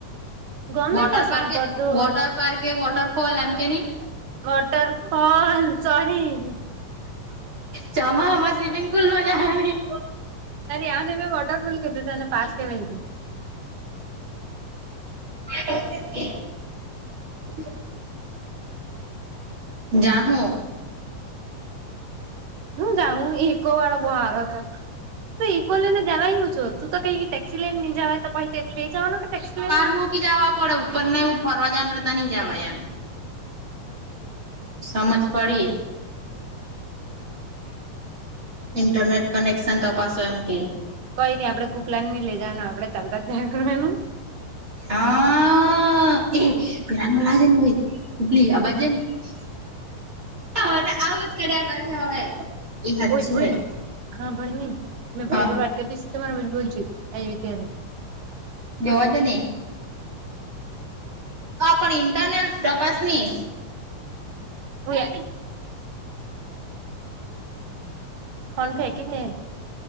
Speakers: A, on the right; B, on the right.
A: ગમે
B: વટર
A: તો સોંગ કરતો
B: પાર્કે કે, વોટરફોલ એમ કે ની.
A: Waterfall sorry.
B: ચમા, હ માં સ્વિમિંગ પુલમાં જહેની.
A: તને મે વોટરફોલ. કીધું, તને પાચ કેવા.
B: <unintelligible> જા હું.
A: હું જા ઈકો વાળો બહાર હતો. તો ઇકો લઈને જવાય, હું છો તું તો કઈ ટેક્સી લઈને નઈ જવાય તો, પછી લઈ જવાનું કે, ટેક્સી લઈને.
B: હું કી જવા પડે, ઉપર ને, ફરવા જણ ર તો નની જવાય એમ. સમજ પડી. ઇન્ટરનેટ કનેક્શન ત પાસો એમ કે.
A: કોઈ નઈ આપે, કુકલા નઈ લેવાનું આપે, ચાલતા જ્યાં.
B: હા. હ એ પેલાલાજ ને ભયટલી આ બધજ <unintelligible> હવે તો આવું જ કર્યા કર હવે. એ હાચે
A: ઓય, ઓય. હા, ભણ ન મે ફોન
B: હા
A: પર વાત કરીતી, તમારા બોલજો આવી ત્યારે.
B: જોવા દ નહી, પણ ઇન્ટરનેલ તપાસની‌.
A: હોય. ફન ફેંકીને?